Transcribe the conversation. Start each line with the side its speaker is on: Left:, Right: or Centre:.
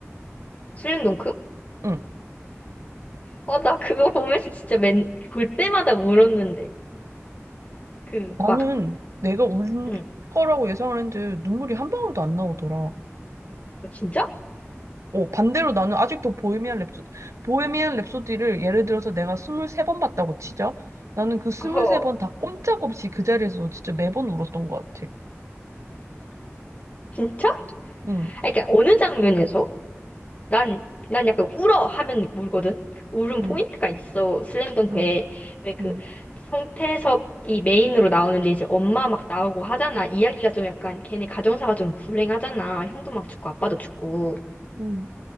Left: 슬램덩크?
Right: 응.
Left: 어, 나 그거 <laughs> 보면서 진짜 맨, 볼 때마다 울었는데. 그
Right: 나는
Left: 막,
Right: 내가 울
Left: 응.
Right: 거라고 예상을 했는데 눈물이 한 방울도 안 나오더라.
Left: 어, 진짜?
Right: 어, 반대로 나는 아직도 보헤미안 랩소, 보헤미안 랩소디를 예를 들어서 내가 23번 봤다고 치자. 나는 그 23번
Left: 어,
Right: 다 꼼짝없이 그 자리에서 진짜 매번 울었던 것 같아.
Left: 진짜?
Right: 응,
Left: 아니, 그러니까 어느 장면에서? 난, 난 약간 울어 하면 울거든. 울음
Right: 응,
Left: 포인트가 있어. 슬램덩크에
Right: 응,
Left: 왜 그
Right: 응,
Left: 성태섭이 메인으로 나오는데 이제 엄마 막 나오고 하잖아. 이야기가 좀 약간 걔네 가정사가 좀 불행하잖아. 형도 막 죽고 아빠도 죽고
Right: 응,